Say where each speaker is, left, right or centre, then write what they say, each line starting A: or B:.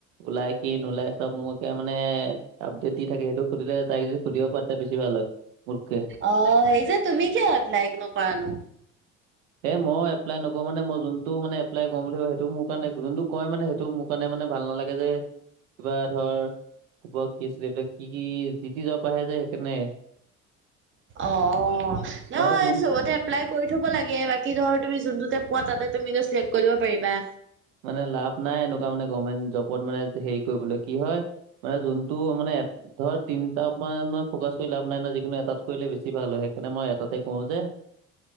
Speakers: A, on the right; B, on the right.
A: ওলাই কি নোলাই চব মোকে মানে আপডেট দি থাকে সেইটো সুধিলে তাই যদি সুধিব পা বেছি ভাল হয় <inaudible>
B: অঁ সেই যে তুমি কিয় এপ্লাই নকৰানো?
A: এ মই এপ্লাই নকৰো মানে মই যোনটো মান এপ্লাই কৰিম বুলি ভাবো সেইটো মোৰ কাৰণে যোনটো কয় মানে সেইটো মোক মানে মানে ভাল নালাগে যে কিবা ধৰ <inaudible> কি আছিলে এইবিলাক কি কি যিটি জব আহে যে সেইকাৰণে।
B: অঁ নহয়
A: নহ'লে যোন
B: চবতে এপ্লাই কৰি থব লাগে বাকী ধৰ তুমি যোনটোতে পোৱা তাতে তুমি চিলেক্ট কৰিব দিব পাৰিবা।
A: মানে লাভ নাই এনেকুৱা মানে গভমেণ্ট জবত মানে হেৰি কৰিবলৈ কি হয় মানে যোনটো মানে ধৰ তিনতামানত ফকাচ কৰি লাভ নাই ন যিকোনো এটাত কৰিলে বেছ ভাল হয় সেইকাৰণে মই এটাতে কওঁ যে <unintelligible>